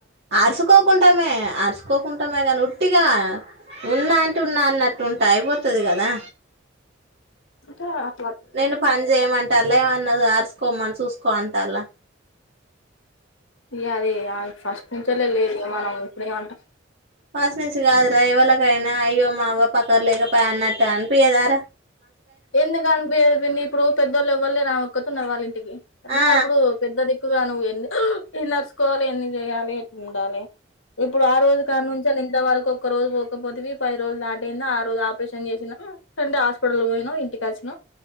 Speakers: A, on the right; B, on the left.
A: అరుచకోకుంటామే అరుచకోకుంటామే గాని ఉ ఉట్టిగా ఉన్నా అంటే ఉన్నా అన్నట్టు ఉంటే అయిపోతుది కదా
B: కా
A: నేను పని చేయమంటారు లే ఏమన్న అరసు పోమని చూసుకో అంటలా
B: యిగా అదే ఫస్ట్ నుచ్చే లేలే మనం ఇప్పుడేమంటా
A: వాస్నేంచిగాద్ర ఎవళ కాయనా అయ్యో మావ పక్క క్కలేక పన్న ట అనిపియిదార
B: ఎందుకు అనిపియ్యదు పిన్ని ఇప్పుడు పెద్దవాళ్ళు ఎవ్వలేరు కుత్తు నవలీం ఇవి ఉన్నప్పుడు
A: ఆ
B: పెద్దదిక్ ఎక్కుగా నువ్వు ఎన్ని నడుచుకోవాలి ఎన్ని చేయాలి ఎట్లా ఉండాలి ఇప్పుడు ఆ రోజు కాడ నుంచ ఇంతవరకు ఒక రోజు పోకపోతేవి పది రోజులు దాటింద ఆ రోజు ఆపరేషన్ చేసినా అంటే హాస్పిటల్ పోయి నో ఇంటి కాల్సినో